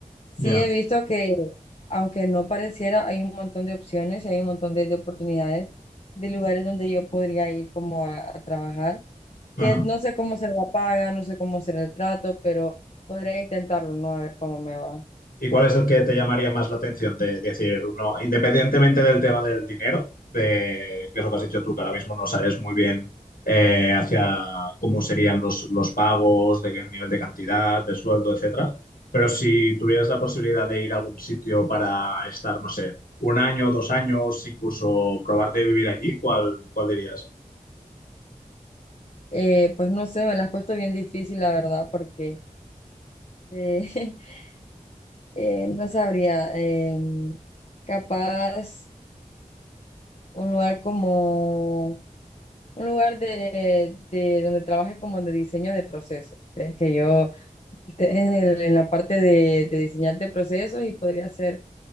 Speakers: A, on the left (about 45°); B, on the left (about 80°).
A: sí
B: ya.
A: he visto que, aunque no pareciera, hay un montón de opciones y hay un montón de, de oportunidades de lugares donde yo podría ir como a a trabajar
B: Ajá.
A: que no sé cómo se la paga, no sé cómo será el trato, pero podría intentarlo, ¿no? A ver cómo me va.
B: ¿Y cuál es el que te llamaría más la atención? De decir, no, independientemente del tema del dinero, de, que es lo que has dicho tú, que ahora mismo no sabes muy bien eh, hacia cómo serían los, los pagos, de qué nivel de cantidad, de sueldo, etcétera. Pero si tuvieras la posibilidad de ir a algún sitio para estar, no sé, un año, dos años, incluso probar de vivir allí, ¿cuál, cuál dirías?
A: Eh, pues no sé, me la has puesto bien difícil, la verdad, porque eh, <laughs> eh, no sabría. em, capaz un lugar como, un lugar de, de donde trabaje como de diseño de procesos. Es que yo esté en el- en la parte de, de diseñar de procesos y podría ser,